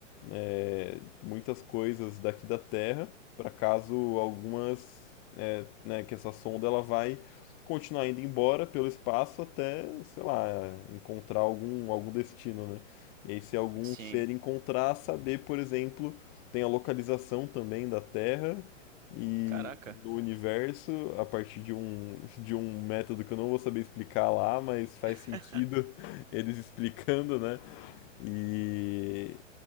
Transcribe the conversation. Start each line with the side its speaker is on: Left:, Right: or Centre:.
Left: é, muitas coisas daqui da Terra, para caso algumas, é, né, que essa sonda ela vai continuar indo embora pelo espaço até, sei lá, encontrar algum, algum destino, né? E aí, se algum
Right: Sim.
Left: ser encontrar, saber, por exemplo, tem a localização também da Terra e
Right: Caraca.
Left: no universo a partir de um, de um método que eu não vou saber explicar lá, mas faz
Right: <laughs>
Left: sentido <laughs> eles explicando, né? E,